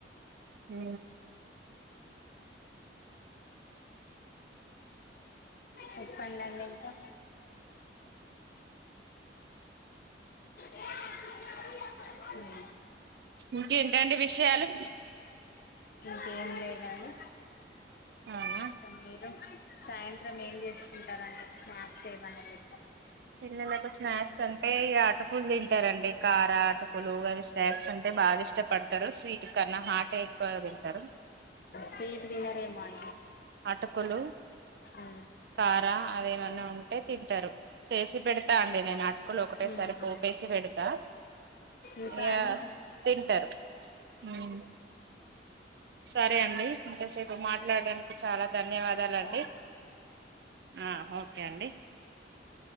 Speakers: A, on the right; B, on the left.
A: హ
B: చెప్పండండి ఇంకా అ
A: ఇంకేంటండి విషయాలు
B: ఇంకేం లేదండి
A: మ్
B: ఇక మీరు సాయంత్రం ఏం చేసుకుంటారండి స్నాక్స్ ఏమన్నాచేసుకుం
A: పిల్లలకు స్నాక్స్ అంటే ఆటకులు తింటారండి కారా ఆటకు కొలువుగా అవి స్నాక్స్ అంటె బాగా ఇష్టపడతారు స్వీట్ కన్నా హాట్ట్ ఎక్కువ తింటరు
B: స్వీట్ తినరేమో అని
A: అటుకులు
B: ఉమ్
A: కారా అదిఏమన్నా ఉంటే తింటారు చేసి పెడతా అండి నేను అటుకులు ఒకటేసారి
B: ఉహు
A: పోపేసి పెడతా
B: ఇంకా
A: యా
B: అండి
A: తింటరు <unintelligible> సరే అండి ఇంతసేపు మాట్లాడడానికి చాలా ధన్యవాదాలండి
B: సరే